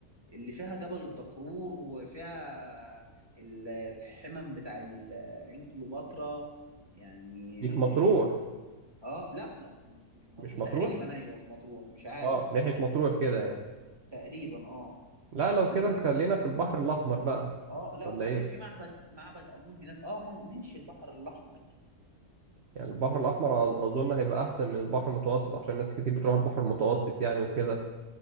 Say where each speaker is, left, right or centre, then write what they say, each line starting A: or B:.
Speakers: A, on the right (about 15°); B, on the right (about 50°).
A: اللي فيها جبل الدكرور وفيها ال- الحمم بتاع ال- عين كليوباترا يعني
B: دي في مطروح
A: اه لا لا في مطروح
B: مش مطروح
A: تقريبا ايوه في مطروح مش عارف
B: اه
A: بصراحة
B: ناحية مطروح كده يعني
A: تقريبا اه
B: لا لو
A: وممكن
B: كده خلينا في البحر الاحمر بقى
A: اه لا
B: ولا
A: وكمان
B: ايه
A: في معبد معبد امون هناك اه ما- ماشي البحر الاحمر
B: يعني البحر الاحمر أظ- اظن هيبقى احسن من البحر المتوسط عشان ناس كتير بتروح البحر المتوسط يعني وكده